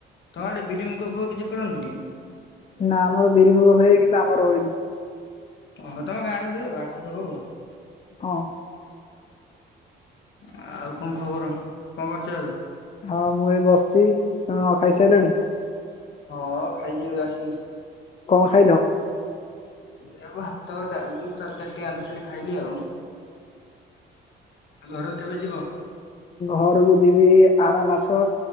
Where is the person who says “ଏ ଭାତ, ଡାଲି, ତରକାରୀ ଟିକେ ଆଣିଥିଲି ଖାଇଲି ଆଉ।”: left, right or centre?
Left